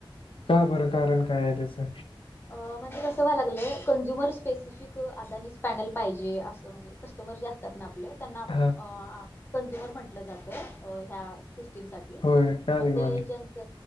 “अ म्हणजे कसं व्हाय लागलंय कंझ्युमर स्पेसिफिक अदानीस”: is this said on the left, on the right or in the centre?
Left